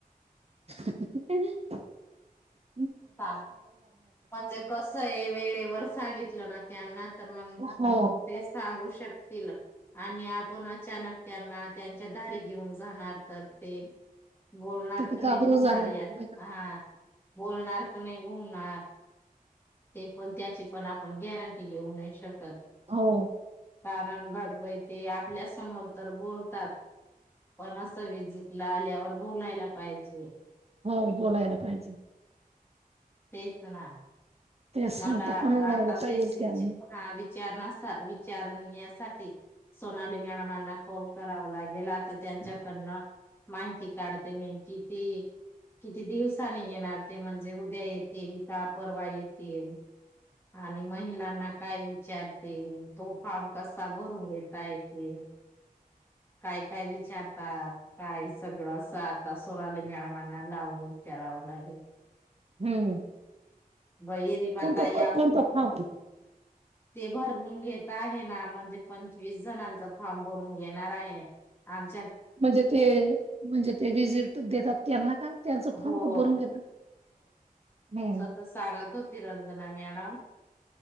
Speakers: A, on the right; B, on the left.
A: हा
B: म्हणजे कस आहे वेळेवर सांगितलं ना त्यांना तर मग
A: हो
B: ते सांगू शकतील आणि आपण अचानक त्यांना त्यांच्या दारी घेऊन जाणार तर ते बोलणार
A: तिथे
B: का नाही
A: घाबरून
B: बोलणार
A: जाणार
B: या हा बोलणार का नाही बोलणार ते पण त्याची पण आपण गॅरंटी घेऊ नाही शकत
A: हो
B: कारण बघवाय ते आपल्या समोर तर बोलतात पण असं विजीटला ‌आल्यावर बोलायला पाहिजे
A: हो बोलायला पाहिजे.
B: तेच ना,
A: ते सांगता
B: मला
A: पण यायला
B: आता
A: पाहिजे
B: तेच विची
A: त्यांना
B: आ वि चारणासा विचारण्यासाठी सोनाली मॅडमांना कॉल करावं लागेल, आता त्यांच्याकडनं माहिती काढते मी कि ती किती दिवसांनी येणार ते म्हणजे उद्या येतील का परवा येे तील आणि महिलांना काय विचारतील? तो फॉर्म कसा भरून घेता येतेे? काय काय विचारतात? काय सगळं असं आता सोनाली मॅडमांना लावून विचारा. लागेल.
A: हम्म
B: बई विमा
A: कोणता
B: ताई
A: कोणता फॉर्म
B: <unintelligible> ते भरून घेत आहे ना म्हणजे पंचवीस जणांचा फॉर्म भरून घेणार आहे, आन्
A: म्हणजे ते म्हणजे ते विजिट देतात त्यांना का? त्यांच फॉर्म
B: हो.
A: भरून घेतात. हम्म
B: स सांगत होती रंजना मॅडम.